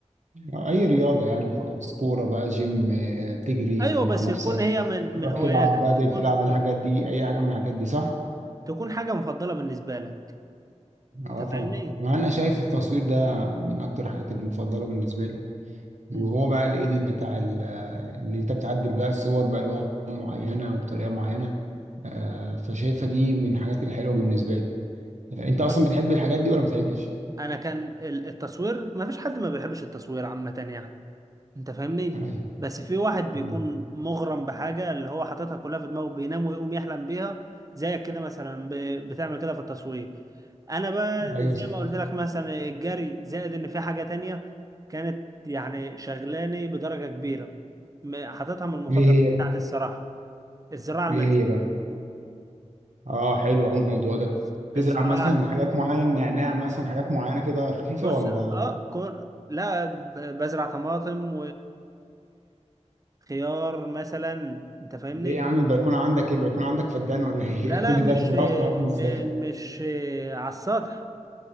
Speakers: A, on the right; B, on the right.
A: آه، اي رياضه يعني وخلاص كوره بقى جيم آه، تجري
B: ايوه
A: مع
B: بس
A: نفسك
B: تكون هي من
A: تروح
B: من هواياتك
A: تلعب بدل
B: تكون
A: تلعب الحاجات دي اي حاجه من الحاجات دي صح
B: تكون حاجه مفضله بالنسبه لك
A: اه
B: انت
A: طبعا
B: فاهمني
A: ما انا شايف التصوير ده من اكتر الحاجات المفضله بالنسبه لي
B: مم.
A: وهو بقى الايديت بتاع ال- اللي انت بتعدل بقى الصور بألوان معينة وبطريقة معينة آه، فشايفها دي من الحاجات الحلوة بالنسبة لي آه، انت اصلا
B: بص
A: بتحب الحاجات دي ولا ما بتحبش؟
B: انا كان ال- التصوير ما فيش حد ما بيحبش التصوير عامه يعني انت فاهمني
A: ايوه
B: بس في واحد بيكون
A: مم.
B: مغرم بحاجة اللي هو حاططها كلها في دماغه بينام ويقوم يحلم بيها زيك كده مثلا ب- بتعمل كده في التصوير انا بقى
A: ايوه
B: زي
A: صح
B: ما قلت لك مثلا الجري زائد ان في حاجة تانية كانت يعني شغلاني بدرجة كبيرة م- حاططها من المفضلات
A: ايه هي
B: بتاعتي الصراحة الزراعة
A: ايه
B: المنزلية
A: هي بقى؟ اه حلو قوي الموضوع ده
B: الز-
A: تزرع
B: الزراعة
A: مثلا حاجات معينة نعناع مثلا حاجات معينة كده خفيفة
B: بص
A: ولا
B: اه كون لا ب- بزرع طماطم وخيار مثلا انت فاهمني
A: ليه يا عم البلكونة عندك ايه البلكونة عندك فدان ولا ايه
B: لا
A: <laughs> كل
B: لا مش
A: ده هتزرعه طبعا
B: م-
A: ازاي؟
B: مش على السطح